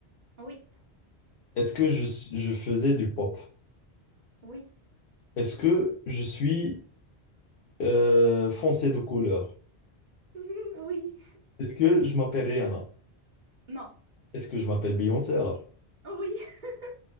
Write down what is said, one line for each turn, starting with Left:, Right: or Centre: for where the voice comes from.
Right: Oui,
Left: Est-ce que je, s- je faisais du pop?
Right: oui,
Left: Est-ce que je suis euh, foncé de couleur?
Right: <laughs> oui.
Left: Est-ce que je m'appelle Rihanna?
Right: Non,
Left: Est-ce que je m'appelle Beyoncé alors?
Right: oui. <laughs>